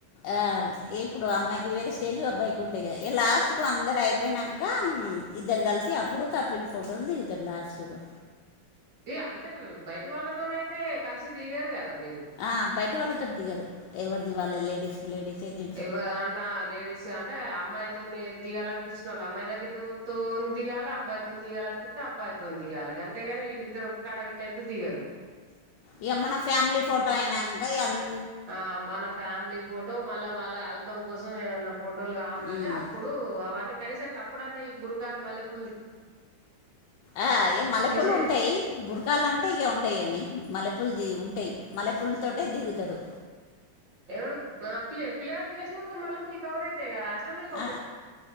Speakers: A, on the left (about 70°); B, on the right (about 60°).
A: ఆ ఇప్పుడు అమ్మాయికి వేరే స్టేజ్ అబ్బాయికి ఉంటయి గదా ఇగ లాస్ట్కు అందరు అయిపోయినంక ఇద్దరు కలిసి అప్పుడు కపిల్ ఫోటోలు దిగుతరు లాస్టులో
B: ఇగ అంటే బయటి వాళ్ళతోనయితే కలిసి దిగరు కదా మీరు
A: ఆ బయటి వాళ్ళతో దిగరు ఎవర్ది వాళ్ళే లేడీస్ లేడిసే జెంట్
B: ఎవ్వర్ దాంట్ల లేడీస్ అంటే అమ్మాయి తోని దిగాలనిపిచ్చిన వాల్ అమ్మాయి దగ్గరతో తోన్ దిగాల, అబ్బాయితోన్ దిగాలనిపిత్తె అబ్బాయితోన్ దిగాల గన్ తెగాని వీళ్ళిద్దరు ఒక కాడ పెట్టయితే దిగరు
A: ఇగ మన ఫ్యామిలీ ఫోటో అయినంక ఇగ అన్
B: ఆ మన ఫ్యామిలీ ఫోటో మళ్ళ వాళ్ళ ఆల్బమ్ కోసం ఏమన్న ఫోటోలు గావానంటే
A: మ్,
B: అప్పుడ్ ప్పుడు అవన్నీ కనీసరికి అప్పుడున్న ఈ బుర్కాలు మల్లేప్
A: ఆ ఇగ మల్లె
B: తీసే
A: పూలు ఉంటయి బుర్కాలంటే ఇగ ఉండయ్ గని మల్లె పూల్ ది ఉంటయి మల్లె పూల్తోటే దిగుతరు
B: ఎవడు మా పి పిల్ల గాని ఫేస్ మొత్తం మల్లె పూలు కవర్ అయితయి గదా అట్లానేప్
A: ఆ